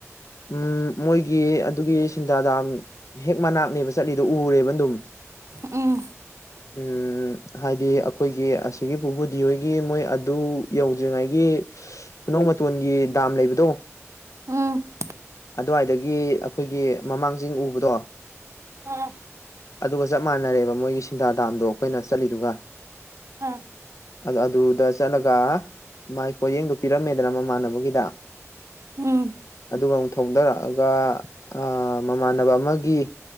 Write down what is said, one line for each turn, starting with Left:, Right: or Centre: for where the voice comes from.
Left: ꯎꯝ ꯃꯣꯏꯒꯤ ꯑꯗꯨꯒꯤ ꯁꯤꯟꯗꯥꯗꯥꯝ꯫ ꯍꯦꯛ ꯃꯅꯥꯛꯅꯦꯕ ꯆꯠꯂꯤꯗꯣ ꯎꯔꯦꯕ ꯑꯗꯨꯝ
Right: ꯎꯝ꯫
Left: ꯎꯝ꯫ ꯍꯥꯏꯗꯤ ꯑꯩꯈꯣꯏꯒꯤ ꯑꯁꯤꯒꯤ ꯄꯨꯕꯨꯗꯤ ꯍꯣꯏꯒꯤ ꯃꯣꯏ ꯑꯗꯨ ꯌꯧꯗ꯭ꯔꯤꯉꯩꯒꯤ꯫ ꯈꯨꯅꯧ ꯃꯇꯣꯟꯒꯤ ꯗꯥꯝ ꯂꯩꯕꯗꯣ꯫
Right: ꯎꯝ꯫
Left: ꯑꯗꯨꯋꯥꯏꯗꯒꯤ ꯑꯩꯈꯣꯏꯒꯤ ꯃꯃꯥꯡꯆꯤꯡ ꯎꯕꯗꯣ꯫
Right: ꯎꯝ꯫
Left: ꯑꯗꯨꯒ ꯆꯞ ꯃꯥꯟꯅꯔꯦꯕ ꯃꯣꯏꯒꯤ ꯁꯤꯟꯗꯥꯗꯥꯝꯗꯣ ꯑꯩꯈꯣꯏꯅ ꯆꯠꯂꯤꯗꯨꯒ꯫
Right: ꯎꯝ꯫
Left: ꯑꯗꯨ ꯑꯗꯨꯗ ꯆꯠꯂꯒ ꯃꯥꯏ ꯄꯣꯠꯌꯦꯡꯗꯨ ꯄꯤꯔꯝꯃꯦꯗꯅ ꯃꯃꯥꯟꯅꯕꯒꯤꯗ꯫
Right: ꯎꯝ꯫
Left: ꯑꯗꯨꯒ ꯑꯃꯨꯛ ꯊꯧꯗꯔꯛꯑꯒ ꯑꯥ ꯃꯃꯥꯟꯅꯕ ꯑꯃꯒꯤ